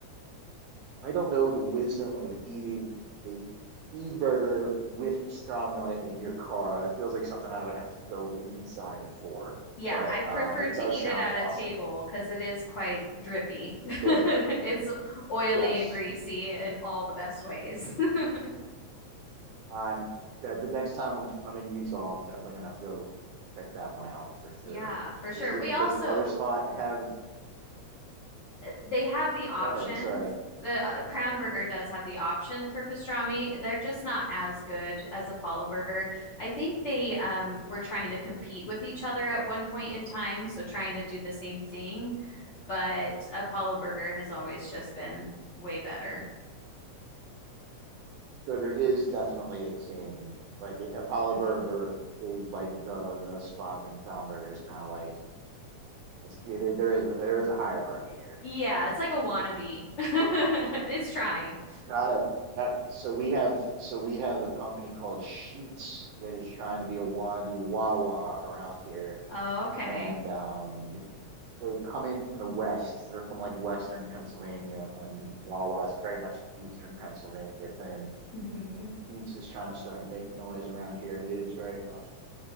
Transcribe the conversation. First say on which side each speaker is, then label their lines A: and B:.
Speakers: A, on the right (about 80°); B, on the left (about 80°).
A: I don't know the wisdom of eating a cheeseburger with pastrami on it in your car. That feels like something I would have to go inside for.
B: Yeah,
A: But
B: I prefer
A: um, it
B: to
A: does
B: eat
A: sound
B: it at
A: awesome.
B: a table because it is quite drippy. <laughs>
A: Sure.
B: It's oily
A: Yes.
B: and greasy in all the best ways. <laughs>
A: I'm the, the next time I'm I'm in Utah, I'm definitely gonna have to go check that one out for
B: Yeah,
A: sure.
B: for sure.
A: Does the
B: We also
A: does the other spot have?
B: they have the option.
A: Go ahead. Sorry.
B: Uh, uh, Crown Burger does have the option for pastrami. They're just not as good as Apollo Burger. I think they um, were trying to compete with each other at one point in time, so trying to do the same thing. But Apollo Burger has always just been way better.
A: So there is definitely a king. Like i- Apollo
B: Mhm.
A: Burger is like the the spot, and Kronberger is kind of like it's- it is, there is there is a hierarchy here.
B: Yeah, it's like a wannabe. <laughs> It's trying.
A: Got it. Got- it. so we have so we have a company called Sheets that is trying to be a wannabe Wawa around here,
B: Oh, okay.
A: and um, they've come in from the west. They're from like Western Pennsylvania, and Wawa is very much an Eastern Pennsylvania thing.
B: hmm
A: And Sheets is trying to start making noise around here, and it is very much